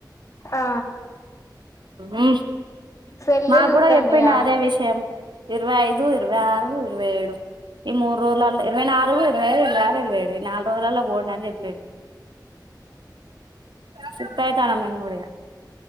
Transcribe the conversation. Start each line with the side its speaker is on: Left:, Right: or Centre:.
Left: ఆ
Right: ఉహు
Left: సెల్లే
Right: మాకు
Left: చూత్తంది
Right: కూడా చెప్పిండి
Left: ఆమె
Right: అదే విషయం ఇరవై ఐదు ఇరవై ఆరు ఇరవై ఏడు ఈ మూడు రోజలల ఇరవై నాలుగు ఇరవై ఐదు ఇరవై ఆరు ఇరవై ఏడు ఈ నాలుగు రోజులల్ల పోండని చెప్పిండు సిక్ అయితన్నం ఈడ మెంకూడ